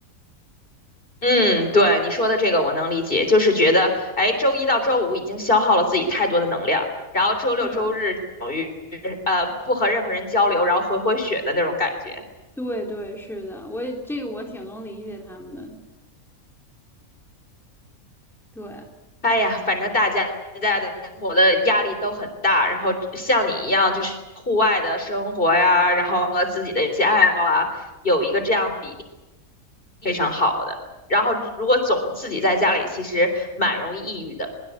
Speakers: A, on the left; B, in the centre.
A: 嗯，对，你说的这个我能理解，就是觉得，哎，周一到周五已经消耗了自己太多的能量，然后周六周日等于
B: 是，
A: 呃不和任何人交流，然后回回血的那种感觉。
B: 对对，是的，我也这个我挺能理解他们的。对，
A: 哎呀，反正大家现在的生活的压力都很大，然后像你一样，就是户外的生活呀，然后和自己的一些爱好啊，有一个这样比例非常好的。然后如果总自己在家里，其实蛮容易抑郁的，